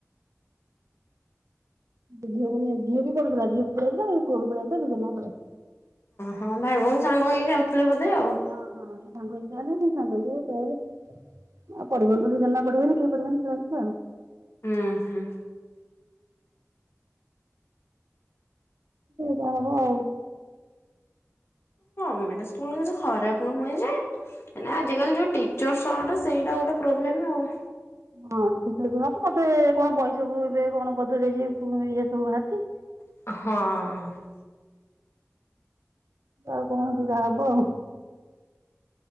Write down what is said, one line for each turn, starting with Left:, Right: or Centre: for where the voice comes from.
Right: ଝିଅ ବି ଝିଅ ବି ପଢ଼ୁଥିଲା ଝିଅ ବି ପଳିଆସିଲା ଏଇ ପୁଅ ବି ପଳିଆସିଲ ଦିଜଣ ଯାଙ୍କ ପଳିଆସିଲେ।
Left: କହୋ ଭାଇ ଭଉଣୀ ସାଙ୍ଗ ହେଇକି ଯାଉଥିଲେ ବୋଧେ ଆଉ।
Right: ହଁ ହଁ ସେ ସାଙ୍ଗ ହେଇକି ଯାଆନ୍ତି ପୁଣି ସାଙ୍ଗ ହେଇକି ଆଉ ପଢିବନି ତ ଦି ଜଣ ଯାକ ପଢିବେନି କେହି ପଢିବନି <unintelligible>
Left: ଉ ହୁଁ।
Right: ଯାହା ହବ ଆଉ
Left: ଗମେଣ୍ଟ ସ୍କୁଲ କିଛି ଖରାପ ନୁହଁ ଯେ ହେଲେ ଆଜିକାଲି ଯୋଉଁ ଟିଚର ସର୍ଟ ସେଇଟା ଗୋଟେ ପ୍ରୋବ୍ଲେମ୍ ଆଉ
Right: ହଁ ମତେ କଣ ପାଇଶା ବୁ ଏବେ କଣ ବଦଳି ଯାଇଛି ଇଏ ସବୁ ବାହାରିଛି <unintelligible>
Left: ହଁ।
Right: ଆଉ କଣ ଯେ ଯାହା ହବ ଆଉ।